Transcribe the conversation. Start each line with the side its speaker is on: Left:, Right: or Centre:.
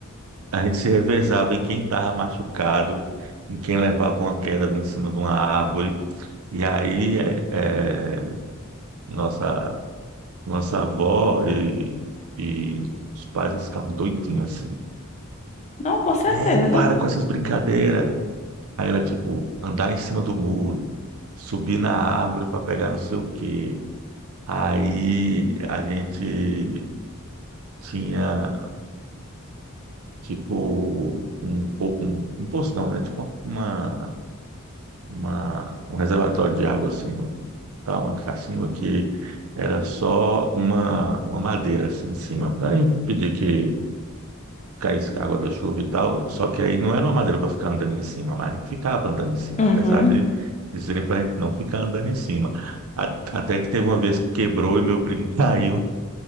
Right: a gente se revezava em quem estava machucado, em quem levava uma queda em cima de uma árvore. E aí é, é, nossa, nossa avó e, e os pais eles ficavam doidinhos assim.
Left: não, com certeza.
Right: É, para com essas brincadeiras. Aí era tipo andar em cima do muro, subir na árvore para pegar não sei o quê. Aí a gente tinha tipo um, po- um, um postão, né? Tipo uma uma, um reservatório de água assim, no, tá, uma cacimba que era só uma, uma madeira assim em cima, para impedir que caísse água da chuva e tal. Só que aí não era uma madeira para ficar andando em cima, mas a gente ficava andando em cima,
Left: Uhum.
Right: apesar de dizerem para a gente não ficar andando em cima. A- Até que teve uma vez que quebrou e meu primo <laughs> caiu.